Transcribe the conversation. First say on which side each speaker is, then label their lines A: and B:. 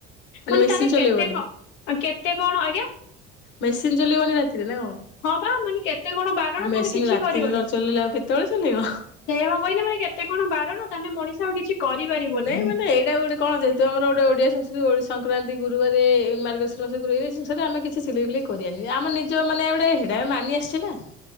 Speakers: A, on the left (about 80°); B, on the left (about 60°).
A: ମାନେ
B: ମେସିନ୍
A: ତାରଲେ
B: ଚଲେଇବନି
A: କେତେ କଣ କେତେ କେତେ କଣ ଆଜ୍ଞା
B: ମେସିନ୍ ଚଲେଇିବନି ରାତିରେ ନା କଣ
A: ହଁ ମନି କେତ କେତେ କଣ ବାରଣ
B: ଆଉ ମେସିନ୍
A: ତାହେଲେ କିଛି
B: ରାତିରେ
A: କରିବନି
B: ନ ଚଲେଇଲେ ଆଉ କେତେବେଳେ ଚଲେଇବ?
A: ସେୟା ବା କହିଲି ଏତେ କଣ ବାରଣ ନା ତାହେଲେ ମଣିଷ ଆଉ କିଛି କରିପାରିବନି
B: ନାଇଁ ମାନ ଏଇଟା ଗୋଟେ କଣ ଯେହେତୁ ଆମରୋଟେ ଓଡିଆ ସଂସ୍କୃତି ଓ ସଂକ୍ରାନ୍ତି ଯ ଗୁରୁବାର ମାର୍ଗଶିରୀ ମାସକୁ ଆମେ କିଛି ସିଲେଇ ଫିଲେଇ କରାନି ଆମ ନିଜ ମାନେ ଗୋଟେ ହଡା ମାନି ଆସିଛଛି ନା।